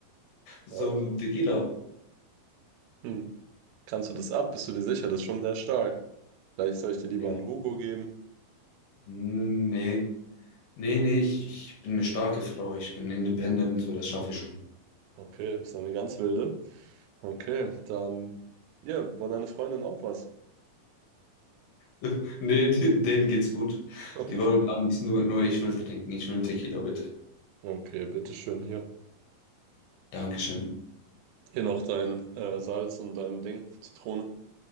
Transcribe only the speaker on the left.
so
ein Tequila.
Ja.
Nee. Nee, nee, ich, ich bin eine starke Frau. Ich bin independent, so das schaffe ich schon.
<laughs> Nee, denen geht's gut.
Die wollen gar nichts, nur, nur ich will trinken. Ich will einen Tequila, bitte.
Dankeschön.